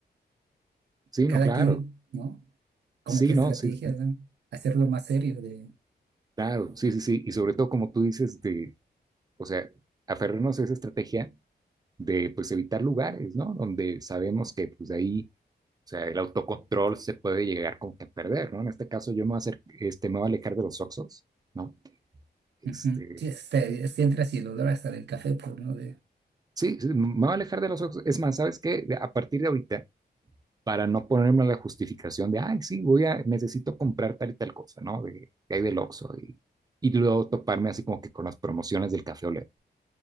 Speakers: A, on the right; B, on the right.
A: sí,
B: cada
A: no, claro,
B: quien, ¿no? Como
A: sí,
B: que estrategias,
A: no, sí, sí,
B: ¿no? Hacerlo más serio de...
A: claro, sí, sí, sí, y sobre todo como tú dices de, o sea, aferrarnos a esa estrategia de, pues, evitar lugares, ¿no? Donde sabemos que, pues, de ahí, o sea, el autocontrol se puede llegar como que a perder, ¿no? En este caso yo me voy a hacer, este, me voy a alejar de los oxos, ¿no? Este,
B: ujú. Sí, este, este entras y el olor hasta del café, pues, ¿no? De,
A: Sí, sí, me voy a alejar de los ojos. Es más, ¿sabes qué? De- A partir de ahorita, para no ponerme la justificación de, ay, sí, voy a, necesito comprar tal y tal cosa, ¿no? De, que hay del Oxxo y, y luego toparme así como que con las promociones del Café Olé.